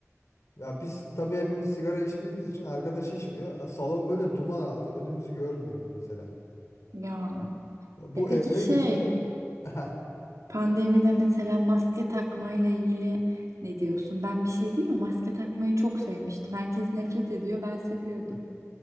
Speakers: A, on the left; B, on the right.
A: Ya biz tabii hepimiz sigara içtiğimiz için arkadaş içmiyor. E, Salon böyle duman altı. Önümüzü görmüyoruz mesela.
B: Ya.
A: Bu
B: E peki
A: eve
B: şey,
A: gitti. <laughs>
B: pandemide mesela maske takmayla ilgili ne diyorsun? Ben bir şey değil mi? Maske takmayı çok sevmiştim. Herkes nefret ediyor, ben seviyordum.